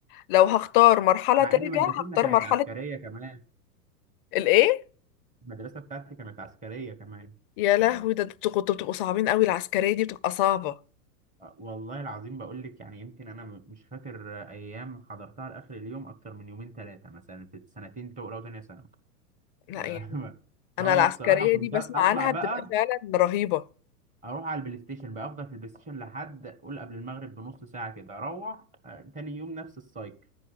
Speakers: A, on the left (about 35°); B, on the right (about 15°).
A: لو هختار مرحله
B: مع
A: ترجع
B: ان مدرستنا
A: هختار
B: كانت
A: مرحله
B: عسكريه كمان
A: الايه
B: المدرسه بتاعتي كانت عسكريه كمان
A: يا لهوي
B: ف...
A: ده انتوا كنتوا بتبقوا صعبين قوي العسكريه دي بتبقى صعبه
B: والله العظيم بقول لك يعني يمكن انا م- مش فاكر ايام حضرتها لاخر اليوم اكتر من يومين ثلاثه مثلا في السنتين الاولى وثانيه ثانوي
A: لا
B: لا
A: يعني
B: <laughs>
A: انا
B: هو
A: العسكريه
B: بصراحه كنت
A: دي بسمع
B: اطلع
A: عنها
B: بقى
A: بتبقى فعلا رهيبه
B: اروح على البلاي ستيشن بقى افضل في البلاي ستيشن لحد قول قبل المغرب بنص ساعه كده اروح آه، تاني يوم نفس السايكل